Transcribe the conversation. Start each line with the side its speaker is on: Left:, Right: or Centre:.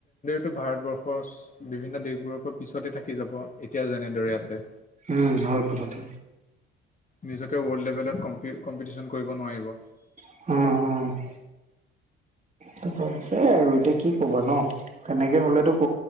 Left: টো ভাৰতবৰ্ষৰ চ বিভিন্ন দেশবোৰৰ পৰা পিছতে থাকি যাব এতিয়াও যেনেদৰে আছে।
Right: উম হয় কথাটো।
Left: নিজকে ৱৰ্ল্ড লেভেলত কম্পিও কম্পিটিশন কৰিব নোৱাৰিব।
Right: অ', অ', অ',। তাকে। এইয়াই আৰু এতিয়া কি ক'বা ন' তেনেকে হলেতো ক